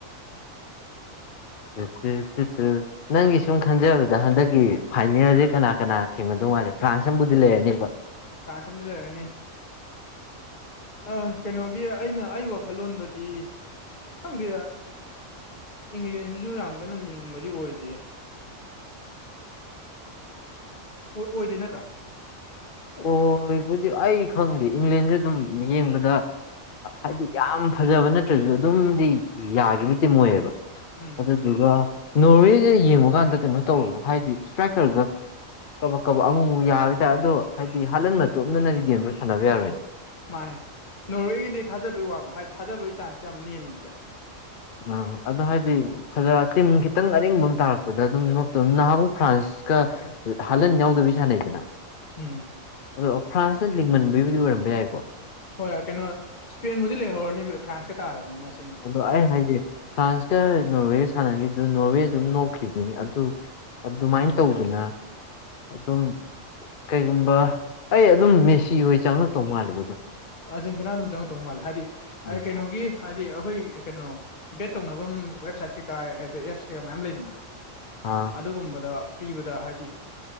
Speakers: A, on the left; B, on the left.
A: ꯎꯝꯠꯇꯠꯇꯠꯇ ꯅꯪꯒꯤ ꯁꯨꯝ ꯈꯟꯖꯕꯗ ꯍꯟꯗꯛꯀꯤ ꯐꯥꯏꯅꯦꯜꯁꯦ ꯀꯅꯥ ꯀꯅꯥ ꯊꯦꯡꯒꯗꯧ ꯃꯥꯜꯂꯦ ꯐ꯭ꯔꯥꯟꯁ ꯑꯃꯕꯨꯗꯤ ꯂꯩꯔꯅꯦꯕ
B: ꯐꯁꯝꯗꯨ ꯂꯩꯔꯅꯤ ꯑ ꯀꯩꯅꯣꯒꯤ ꯑꯩꯅ ꯑꯩ ꯋꯥꯈꯜꯂꯣꯟꯗꯗꯤ ꯈꯪꯗꯦ ꯏꯪꯂꯦꯟꯁꯨ ꯌꯥꯝ ꯀꯟꯅ ꯂꯤꯡꯕꯗꯤ ꯑꯣꯏꯗꯦ ꯑꯣꯏꯗꯦ ꯅꯠꯇ꯭ꯔꯥ
A: ꯑꯣꯏꯕꯨꯗꯤ ꯑꯩ ꯈꯪꯗꯦ ꯏꯪꯂꯦꯟꯁꯦ ꯑꯗꯨꯝ ꯌꯦꯡꯕꯗ ꯍꯥꯏꯗꯤ ꯌꯥꯝ ꯐꯖꯕ ꯅꯠꯇ꯭ꯔꯁꯨ ꯑꯗꯨꯝꯗꯤ ꯌꯥꯒꯤꯕꯇ ꯃꯣꯏꯑꯕ
B: ꯎꯝ
A: ꯑꯗꯨꯒ ꯅꯣꯔꯋꯦꯁꯦ ꯌꯦꯡꯕ ꯀꯥꯟꯗ ꯀꯩꯅꯣ ꯇꯧꯋꯦꯕ ꯍꯥꯏꯗꯤ ꯏꯁꯇ꯭ꯔꯥꯏꯀꯔꯒ ꯀꯕꯛ ꯀꯕꯛ ꯑꯃꯨꯛꯃꯨꯛ ꯌꯥꯔ ꯍꯥꯏ ꯇꯔ ꯑꯗꯣ ꯍꯥꯏꯗꯤ ꯍꯥꯜꯍꯟ ꯃꯇꯣꯝꯗꯅꯗꯤ ꯒꯦꯝꯗꯣ ꯁꯥꯟꯅꯕ ꯌꯥꯔꯣꯏꯅꯦ
B: ꯃꯥꯅꯦ ꯅꯣꯔꯋꯦꯒꯤꯗꯤ ꯊꯥꯖꯕꯩ ꯋꯥꯡꯕ ꯍꯥꯏꯗꯤ ꯊꯥꯖꯕꯒꯤ ꯆꯥꯟꯁ ꯌꯥꯝ ꯅꯦꯝꯃꯤꯗ
A: ꯑ ꯑꯗꯨꯣ ꯍꯥꯏꯗꯤ ꯐꯖ ꯇꯤꯝ ꯈꯤꯇꯪ ꯑꯔꯦꯡꯕ ꯑꯃ ꯇꯥꯔꯛꯄꯗ ꯑꯗꯨꯝ ꯅꯣꯞꯇꯣꯕ ꯅꯍꯥꯟꯃꯨꯛ ꯐ꯭ꯔꯥꯟꯁꯀ ꯍꯜꯂꯟ ꯌꯥꯎꯗꯕꯤ ꯁꯥꯟꯅꯩꯗꯅ
B: ꯎꯝ
A: ꯑꯗꯣ ꯐ꯭ꯔꯥꯟꯁꯅ ꯂꯤꯡꯃꯟꯕꯒꯤꯕꯨꯗꯤ ꯑꯣꯏꯔꯝꯕ ꯌꯥꯏꯀꯣ
B: ꯍꯣꯏ ꯍꯣꯏ ꯀꯩꯅꯣ ꯁ꯭ꯄꯦꯟꯕꯨꯗꯤ ꯂꯩꯍꯧꯔꯅꯤꯕ ꯐ꯭ꯔꯥꯟꯁꯀ ꯇꯥꯔꯕꯅꯤꯅꯁ
A: ꯑꯗꯣ ꯑꯩ ꯍꯥꯏꯁꯦ ꯐ꯭ꯔꯥꯟꯁꯀ ꯅꯣꯔꯋꯦꯒ ꯁꯥꯟꯅꯈꯤꯕꯗꯨꯣ ꯅꯣꯔꯋꯦ ꯑꯗꯨꯝ ꯅꯣꯛꯈꯤꯕ ꯑꯗꯨ ꯑꯗꯨꯃꯥꯏꯅ ꯇꯧꯗꯅ ꯑꯗꯨꯝ ꯀꯩꯒꯨꯝꯕ ꯑꯩ ꯑꯗꯨꯝ ꯃꯦꯁꯤ ꯍꯣꯏ ꯆꯪꯉꯛꯇꯧ ꯃꯥꯜꯂꯦꯕ ꯑꯗꯨꯝ
B: ꯑꯥꯔꯖꯦꯟꯇꯤꯅꯥ ꯑꯗꯨꯝ ꯆꯪꯉꯛꯇꯧ ꯃꯥꯜꯂꯦ ꯍꯥꯏꯗꯤ
A: ꯎꯝ
B: ꯀꯩꯅꯣꯒꯤ ꯍꯥꯏꯗꯤ ꯑꯩꯈꯣꯏ ꯀꯩꯅꯣ ꯕꯦꯠ ꯇꯧꯐꯝ ꯋꯦꯕꯁꯥꯏꯠ ꯀꯩꯀꯥ ꯑꯗ ꯑꯦꯞꯁ ꯀꯩꯀ ꯃꯌꯥꯝ ꯂꯩꯗꯅ
A: ꯑꯥ
B: ꯑꯗꯨꯒꯨꯝꯕꯗ ꯄꯤꯕꯗ ꯍꯥꯏꯗꯤ